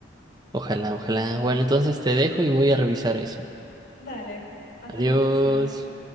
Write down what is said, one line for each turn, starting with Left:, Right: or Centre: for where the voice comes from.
Right: ojalá, ojalá. Bueno, entonces te dejo y voy a revisar eso.
Left: Dale, hasta
Right: Adiós.
Left: la próxima.